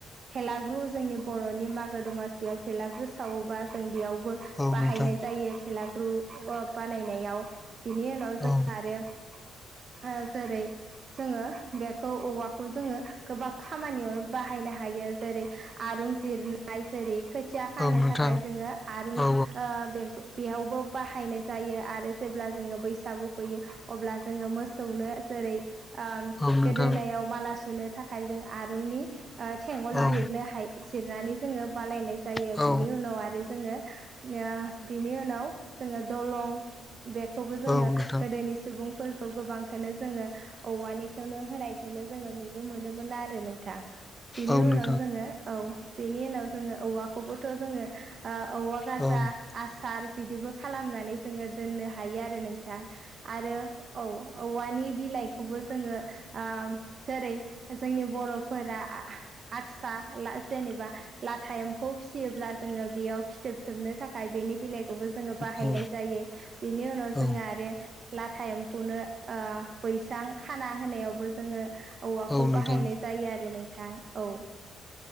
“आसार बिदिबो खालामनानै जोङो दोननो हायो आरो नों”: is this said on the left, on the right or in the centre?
Right